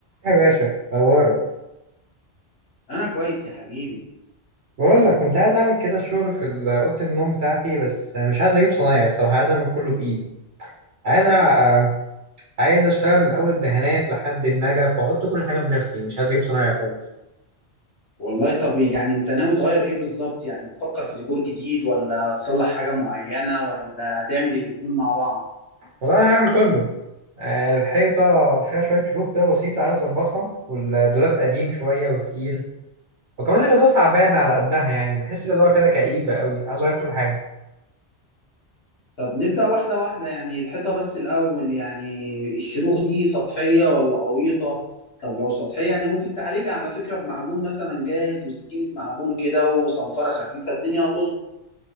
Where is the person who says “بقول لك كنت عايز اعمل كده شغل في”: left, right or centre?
Right